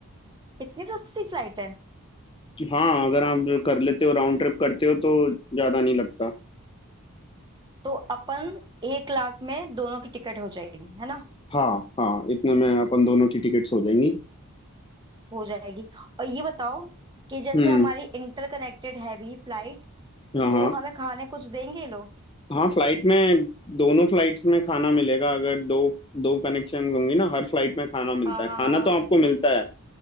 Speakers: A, on the right; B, on the left.
A: इतनी सस्ती फ्लाइट है
B: हाँ अगर आप कर लेते हो राउंड ट्रिप करते हो तो ज्यादा नहीं लगता
A: तो अपन एक लाख में दोनों की टिकट हो जाएगी है ना
B: हाँ हाँ इतने में अपन दोनों की टिकट्स हो जाएंगी
A: हो जाएगी और ये बताओ कि जैसे
B: हम्म
A: हमारी इंटरकनेक्टेड है भी फ्लाइट्स
B: हाँ
A: तो
B: हाँ
A: हमें खाने कुछ देंगे ये लोग
B: हाँ फ्लाइट में दोनों फ्लाइट्स में खाना मिलेगा अगर दो दो कनेक्शन होंगी ना हर फ्लाइट में खाना मिलता
A: हाँ
B: है
A: हाँ
B: खाना
A: हाँ
B: तो आपको मिलता है